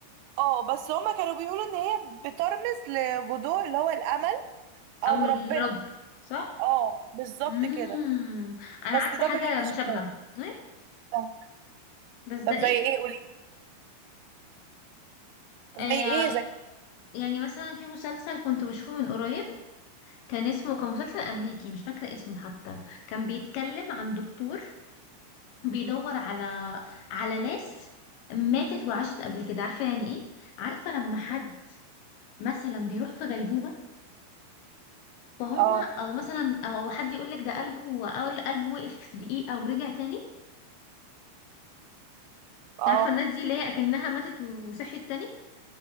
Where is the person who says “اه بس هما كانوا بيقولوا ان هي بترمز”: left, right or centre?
Right